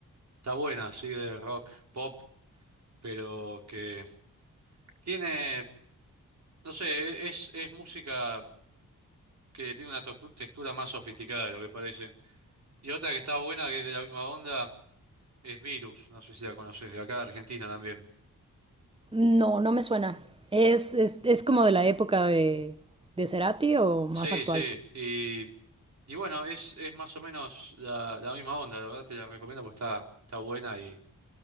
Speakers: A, on the right; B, on the right.
A: está buena, así de rock, pop, pero que tiene, no sé, e, es, es música que tiene una tostu- textura más sofisticada de lo que parece. Y otra que está buena, que es de la misma onda, es Virus, no sé si la conoces, de acá de Argentina también.
B: No, no me suena. ¿Es, es, es como de la época de, de Cerati o más
A: Sí,
B: actual?
A: sí. Y, y bueno, es, es más o menos la, la misma onda, la verdad te la recomiendo porque está, está buena y,